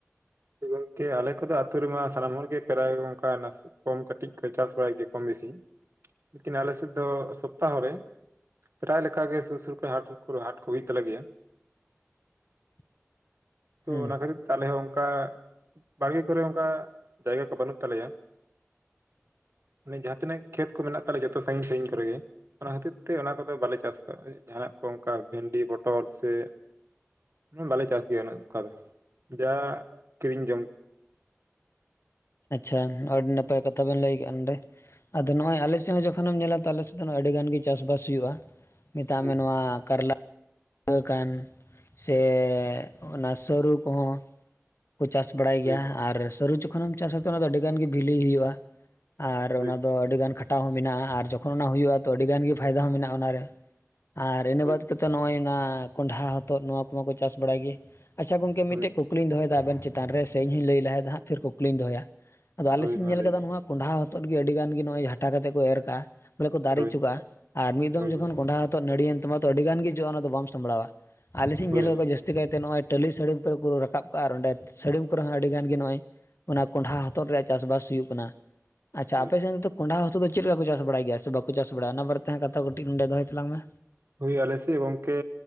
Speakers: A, on the right; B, on the left.
A: ᱜᱚᱝᱠᱮ ᱟᱞᱮ ᱠᱚᱫᱚ ᱟᱹᱛᱩ ᱨᱮᱢᱟ ᱥᱟᱱᱟᱢ ᱦᱚᱲ ᱜᱮ ᱯᱨᱟᱭ ᱜᱚᱝᱠᱟ ᱱᱟᱥᱮ ᱠᱚᱢ ᱠᱟᱹᱴᱤᱡ ᱠᱚ ᱪᱟᱥ ᱵᱟᱲᱟᱭ ᱜᱮᱭᱟ, ᱠᱚᱢ ᱵᱮᱥᱤ᱾ ᱞᱮᱠᱤᱱ ᱟᱞᱮ ᱥᱮᱫ ᱫᱚ ᱥᱚᱯᱛᱟᱦᱚ ᱨᱮ ᱯᱨᱟᱭ ᱞᱮᱠᱟ ᱜᱮ ᱥᱩᱨ ᱥᱩᱨ ᱠᱚᱨᱮ ᱦᱟᱴ ᱦᱟᱴ ᱠᱚ ᱦᱩᱭᱩᱜ ᱛᱟᱞᱮ ᱜᱮᱭᱟ᱾
B: <inaudible>
A: ᱛᱚ
B: ᱦᱮᱸ
A: ᱚᱱᱟ ᱠᱷᱟᱹᱛᱤᱨ ᱛᱮ ᱟᱞᱮ ᱦᱚᱸ ᱚᱝᱠᱟ ᱵᱟᱲᱜᱮ ᱠᱚᱨᱮ ᱚᱝᱠᱟ ᱡᱟᱭᱜᱟ ᱠᱚ ᱵᱟᱱᱩᱜ ᱛᱟᱞᱮᱭᱟ᱾ ᱢᱟᱱᱮ ᱡᱟᱦᱟᱸ ᱛᱤᱱᱟᱹᱜ ᱠᱷᱮᱛ ᱠᱚ ᱢᱮᱱᱟᱜ ᱛᱟᱞᱮ, ᱡᱚᱛᱚ ᱥᱟᱺᱜᱤᱧ ᱥᱟᱺᱜᱤᱧ ᱠᱚᱨᱮ ᱜᱮ᱾ ᱚᱱᱟ ᱠᱷᱟᱹᱛᱤᱨ ᱛᱮ ᱚᱱᱟ ᱠᱚᱫᱚ ᱵᱟᱞᱮ ᱪᱟᱥ ᱟᱠᱟᱫᱟ᱾ ᱡᱟᱦᱟᱱᱟᱜ ᱠᱚ ᱚᱱᱠᱟ ᱵᱷᱮᱱᱰᱤ ᱯᱚᱴᱚᱞ ᱥᱮ ᱵᱟᱞᱮ ᱪᱟᱥ ᱜᱮᱭᱟ ᱩᱱᱟᱹᱜ ᱚᱱᱠᱟ ᱫᱚ ᱡᱟ ᱠᱤᱨᱤᱧ ᱡᱚᱢ
B: ᱟᱪᱪᱷᱟ, ᱟᱹᱰᱤ ᱱᱟᱯᱟᱭ ᱠᱟᱛᱷᱟ ᱵᱮᱱ ᱞᱟᱹᱭ ᱠᱮᱜᱼᱟ, ᱱᱚᱰᱮ ᱟᱫᱚ ᱱᱚᱜᱼᱚᱭ ᱟᱞᱮᱥᱮᱜ ᱦᱚᱸ ᱡᱚᱠᱷᱚᱱᱮᱢ ᱧᱮᱞᱟ ᱛᱚ ᱟᱞᱮ ᱥᱮᱫ ᱫᱚ ᱟᱹᱰᱤ ᱜᱟᱱ ᱜᱤ ᱪᱟᱥᱵᱟᱥ ᱦᱩᱭᱩᱜᱼᱟ᱾ ᱢᱮᱛᱟᱜ
A: ᱦᱳᱭ
B: ᱢᱮ ᱱᱚᱣᱟ ᱠᱟᱨᱞᱟ <inaudible> ᱠᱟᱱ ᱥᱮ ᱚᱱᱟ ᱥᱟᱹᱨᱩ ᱠᱚᱦᱚᱸ ᱠᱚ ᱪᱟᱥ ᱵᱟᱲᱟᱭ ᱜᱮᱭᱟ
A: ᱦᱳᱭ
B: ᱟᱨ ᱥᱟᱹᱨᱩ ᱡᱚᱠᱷᱚᱱᱮᱢ ᱪᱟᱥᱟ ᱟᱫᱚ ᱚᱱᱟ ᱫᱚ ᱟᱹᱰᱤ ᱜᱟᱱ ᱜᱤ ᱵᱷᱤᱞᱤ ᱦᱩᱭᱩᱜᱼᱟ᱾ ᱟᱨ
A: ᱦᱳᱭ
B: ᱚᱱᱟ ᱫᱚ ᱟᱹᱰᱤᱜᱟᱱ ᱠᱷᱟᱴᱟᱣ ᱦᱚᱸ ᱢᱮᱱᱟᱜᱼᱟ ᱟᱨ ᱡᱚᱠᱷᱚᱱ ᱚᱱᱟ ᱦᱩᱭᱩᱜᱼᱟ ᱛᱚ ᱟᱹᱰᱤ ᱜᱟᱱ ᱜᱮ ᱯᱷᱟᱭᱫᱟ ᱦᱚᱸ ᱢᱮᱱᱟᱜᱼᱟ ᱚᱱᱟᱨᱮ᱾ ᱟᱨ ᱤᱱᱟᱹ
A: ᱦᱳᱭ
B: ᱵᱟᱫ ᱠᱟᱛᱮᱜ ᱱᱚᱜᱼᱚᱭ ᱚᱱᱟ ᱠᱚᱸᱰᱷᱟ ᱦᱚᱛᱚᱫ ᱱᱚᱣᱟ ᱠᱚᱢᱟ ᱠᱚ ᱪᱟᱥ ᱵᱟᱲᱟᱭ ᱜᱮ, ᱟᱪᱪᱷᱟ ᱜᱚᱝᱠᱮ
A: ᱦᱳᱭ
B: ᱢᱤᱫᱴᱮᱡ ᱠᱩᱠ ᱠᱞᱤᱧ ᱫᱚᱦᱚᱭᱫᱟ ᱟᱵᱮᱱ ᱪᱮᱛᱟᱱ ᱨᱮ ᱥᱮ ᱤᱧ ᱦᱚᱸᱧ ᱞᱟᱹᱭ ᱞᱟᱦᱟᱭᱫᱟ ᱦᱟᱸᱜ ᱯᱷᱤᱨ ᱠᱩᱠᱞᱤᱧ ᱫᱚᱦᱚᱭᱟ, ᱟᱫᱚ ᱟᱞᱮ
A: ᱦᱳᱭ
B: ᱥᱤᱫ ᱤᱧ
A: ᱢᱟ
B: ᱧᱮᱞ
A: ᱞᱟᱹᱭ
B: ᱠᱟᱫᱟ
A: ᱵᱤᱱ
B: ᱱᱚᱣᱟ ᱠᱚᱸᱰᱷᱟ ᱦᱚᱛᱚᱫ ᱜᱮ ᱟᱹᱰᱤ ᱜᱟᱱ ᱜᱮ ᱱᱚᱜᱼᱚᱭ ᱡᱷᱟᱴᱟ ᱠᱟᱛᱮᱫ ᱠᱚ ᱮᱨ ᱠᱟᱜᱼᱟ᱾ ᱵᱚᱞᱮ ᱠᱚ ᱫᱟᱨᱮ
A: ᱦᱳᱭ
B: ᱦᱚᱪᱚ ᱠᱟᱜᱼᱟ ᱟᱨ ᱢᱤᱫ ᱫᱚᱢ
A: ᱦᱳᱭ
B: ᱡᱚᱠᱷᱚᱱ ᱠᱚᱸᱰᱷᱟ ᱦᱚᱛᱚᱫ ᱱᱟᱹᱲᱤᱭᱮᱱ ᱛᱟᱢᱟ ᱛᱚ ᱟᱹᱰᱤ ᱜᱟᱱ ᱜᱮ ᱡᱚᱜᱼᱟ ᱚᱱᱟ ᱫᱚ ᱵᱟᱢ ᱥᱟᱢᱵᱽᱲᱟᱣᱟ᱾ ᱟᱞᱮ ᱥᱮᱫ ᱤᱧ
A: ᱦᱳᱭ
B: ᱧᱮᱞ ᱠᱟᱜ ᱠᱚᱣᱟ ᱡᱟᱹᱥᱛᱤ ᱠᱟᱭᱛᱮ ᱱᱚᱜᱼᱚᱭ ᱴᱟᱹᱞᱤ ᱥᱟᱹᱲᱤᱢ ᱠᱚᱨᱮ ᱠᱚ ᱨᱟᱠᱟᱵ ᱠᱟᱜᱼᱟ ᱟᱨ ᱚᱸᱰᱮ ᱥᱟᱹᱲᱤᱢ ᱠᱚᱨᱮ ᱦᱚᱸ ᱟᱹᱰᱤ ᱜᱟᱱ ᱜᱮ ᱱᱚᱜᱼᱚᱭ ᱚᱱᱟ ᱠᱚᱸᱰᱷᱟ ᱦᱚᱛᱚᱫ ᱨᱮᱭᱟᱜ ᱪᱟᱥᱵᱟᱥ ᱦᱩᱭᱩᱜ ᱠᱟᱱᱟ᱾ ᱟᱪᱪᱷᱟ
A: ᱦᱳᱭ
B: ᱟᱯᱮ ᱥᱮᱱ ᱫᱚ ᱠᱚᱸᱰᱷᱟ ᱦᱚᱛᱚᱫ ᱫᱚ ᱪᱮᱫ ᱞᱮᱠᱟ ᱠᱚ ᱪᱟᱥ ᱵᱟᱲᱟᱭ ᱜᱮᱭᱟ ᱥᱮ ᱵᱟᱠᱚ ᱪᱟᱥ ᱵᱟᱲᱟ ᱚᱱᱟ ᱵᱟᱨᱮ ᱛᱮ ᱦᱟᱸᱜ ᱠᱟᱛᱷᱟ ᱠᱚ ᱠᱟᱹᱴᱤᱡ ᱱᱚᱸᱰᱮ ᱫᱚᱦᱚᱭ ᱛᱟᱞᱟᱝ ᱢᱮ᱾
A: ᱦᱳᱭ ᱟᱞᱮ ᱥᱮᱫ ᱜᱚᱝᱠᱮ